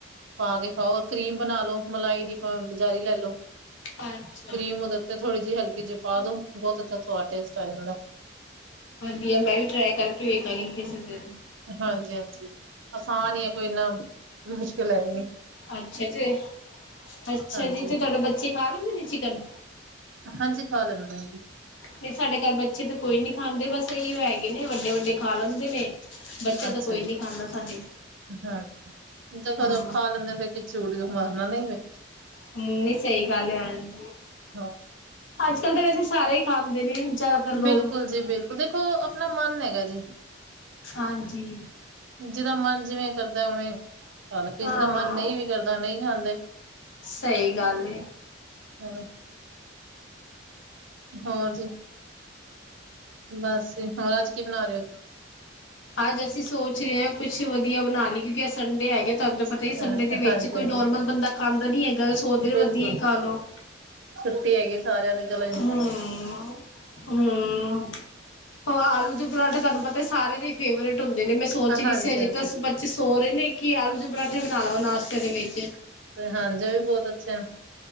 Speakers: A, on the right; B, on the left.
A: ਪਾ ਕੇ ਹੋਰ ਕਰੀਮ ਬਣਾ ਲਓ ਮਲਾਈ ਦੀ ਬਜ਼ਾਰੀ ਲੈ ਲਉ।
B: ਅੱਛਾ।
A: ਕਰੀਮ ਉਹਦੇ ਉੱਤੇ ਥੋੜੀ ਜਿਹੀ ਹਲਕੀ ਜਿਹੀ ਪਾ ਦੋ ਬਹੁਤ ਅੱਛਾ ਸਵਾਦ ਟੇਸਟ ਆ ਜਾਂਦਾ।
B: ਵਧੀਆ ਮੈਂ ਵੀ ਟਰਾਏ ਕਰਕੇ ਵੇਖਾਂਗੀ ਕਿਸੀ ਦਿਨ।
A: ਹਾਂਜੀ ਹਾਂਜੀ ਆਸਾਨ ਹੀ ਹੈ ਕੋਈ ਇੰਨਾ ਮੁਸ਼ਕਿਲ ਹੈ ਹੀ ਨਹੀਂ।
B: ਅੱਛਾ ਤੇ ਅੱਛਾ
A: ਹਾਂਜੀ
B: ਜੀ ਤੇ ਤੁਹਾਡੇ ਬੱਚੇ ਖਾ ਲੈਂਦੇ ਨੇ ਚਿਕਨ?
A: ਹਾਂਜੀ ਖਾ ਲੈਂਦੇ ਜੀ।
B: ਨਹੀਂ ਸਾਡੇ ਘਰ ਬੱਚੇ ਤਾਂ ਕੋਈ ਨੀ ਖਾਂਦੇ ਬਸ ਇਹੋ ਹੈਗੇ ਨੇ ਵੱਡੇ ਵੱਡੇ ਖਾ ਲੈਂਦੇ ਨੇ। ਬੱਚਾ
A: ਅੱਛਾ
B: ਤਾਂ ਕੋਈ
A: ਜੀ
B: ਨੀ ਖਾਂਦਾ ਸਾਡੇ
A: ਹਾਂ ਜਦੋਦੋਂ
B: ਹਾਂ
A: ਖਾ ਲੈਂਦੇ ਫਿਰ ਚੂੜੀ ਤੋਂ ਮਰਨਾ ਨਈ ਫਿਰ
B: ਹਮ ਨਹੀ ਸਹੀ ਗੱਲ ਹੈ ਹਾਂਜੀ।
A: ਹਾਂ
B: ਅੱਜ ਕੱਲ੍ਹ ਤਾਂ ਵੈਸੇ ਸਾਰੇ ਹੀ ਖਾਾਂਦੇ ਨੇ ਜ਼ਿਆਦਾਤਰ ਲੋਕ।
A: ਬਿਲਕੁਲ ਜੀ ਬਿਲਕੁਲ ਦੇਖੋ ਆਪਣਾ ਮਨ ਹੈਗਾ ਜੀ।
B: ਹਾਂਜੀ।
A: ਜਿਦਾ ਮਨ ਜਿਵੇਂ ਕਰਦਾ ਉਵੇਂ ਖਲੇਂਦੇ ਜਿਸਦਾ
B: ਹਾਂ
A: ਮਨ ਨਹੀਂ ਵੀ ਕਰਦਾ ਨਹੀਂ ਖਾਂਦੇ।
B: ਸਹੀ ਗੱਲ ਹੈ।
A: ਹਮ। ਹੋਰ ਜੀ ਬਸ ਹੋਰ ਅੱਜ ਕੀ ਬਣਾ ਰਹੇ ਹੋ।
B: ਅੱਜ ਅਸੀਂ ਸੋਚ ਰਹੇ ਹਾਂ ਕੁਛ ਵਧੀਆ ਬਣਾ ਲਈ ਕਿਉਂਕਿ ਅੱਜ ਸੰਡੇ ਹੈਗਾ। ਤੁਹਾਹੂੰ ਪਤਾ
A: ਹੋ
B: ਹੀ ਸੰਡੇ ਦੇ ਵਿੱਚ
A: ਹਾਂਜੀ
B: ਕੋਈ
A: ਹਾਂਜੀ
B: ਨੋਰਮਲ ਬੰਦਾ ਖਾਂਦਾ ਨੀ ਹੈਗਾ ਸੋਕਦੇ ਲਈ
A: ਬਿਲਕੁਲ
B: ਵਧੀਆ ਹੀ ਖਾ ਲੋ।
A: ਛੁੱਟੀ ਹੈਗੀ। ਸਾਰਿਆਂ ਦੀ ਗੱਲ
B: ਹਮ ਹਮ। ਹੋ ਆਲੂ ਦੇ ਪਰਾਂਠੇ ਤੁਹਾਨੂੰ ਪਤਾ ਸਾਰੇ ਦੇ ਹੀ ਫੇਵਰੇਟ ਹੁੰਦੇ ਨੇ ਮੈਂ ਸੋਚ ਰਹੀ
A: ਹਾਂਜੀ
B: ਸੀ ਅਜੇ
A: ਹਾਂਜੀ
B: ਤਾਂ ਸੋਹ ਰਹੇ ਨੇ ਕਿ ਆਲੂਆਲੇ ਪਰਾਂਠੇ ਬਣਾ ਲਵਾਂ ਨਾਸ਼ਤੇ ਦੇ ਵਿੱਚ।
A: ਹਾਂਜੀ ਉਹ ਵੀ ਬਹੁਤ ਅੱਛਾ